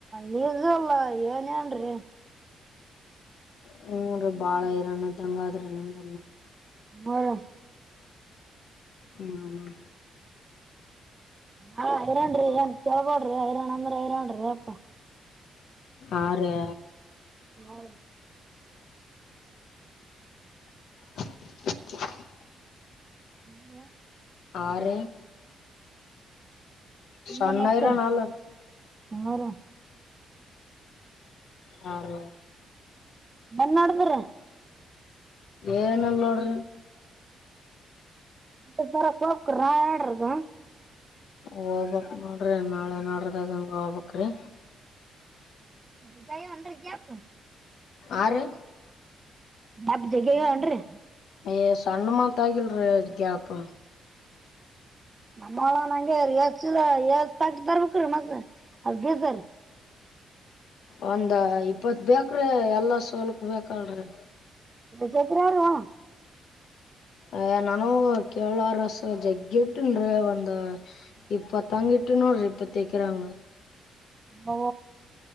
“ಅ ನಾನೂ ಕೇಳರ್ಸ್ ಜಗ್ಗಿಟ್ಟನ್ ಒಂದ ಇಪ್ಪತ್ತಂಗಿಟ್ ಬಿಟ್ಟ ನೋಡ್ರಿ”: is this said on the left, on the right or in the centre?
Left